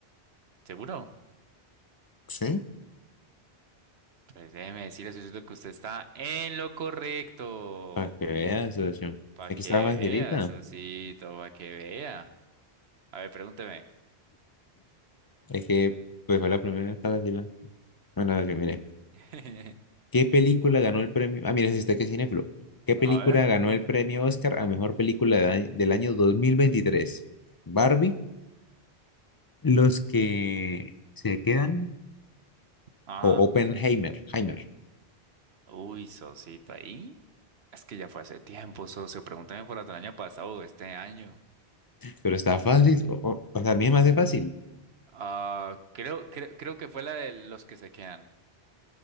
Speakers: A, on the right; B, on the left.
A: ¿Seguro?
B: Sí.
A: Pues déjeme decirle, socito, que usted está en lo correcto.
B: Para que veas, socio.
A: Para
B: Aquí
A: que
B: está
A: vea,
B: facilita.
A: socito, para que vea. A ver, pregúnteme.
B: Es que, pues fue la primera que estaba vacilando. Bueno, yo mire.
A: <laughs>
B: ¿Qué película ganó el premio? Ah, mira, si usted que es cinéfilo. ¿Qué película
A: A ver.
B: ganó el premio Oscar a mejor película de a- del año dos mil veintitrés Barbie, Los que se quedan
A: Ajá.
B: o Oppenheimer, Heimer.
A: Uy, socito, ahí. Es que ya fue hace tiempo, socio. Pregúntame por la del año pasado o este año.
B: Pero está fácil, o, o- o sea, a mí me hace fácil.
A: Ah, creo, creo, creo que fue la de los que se quedan.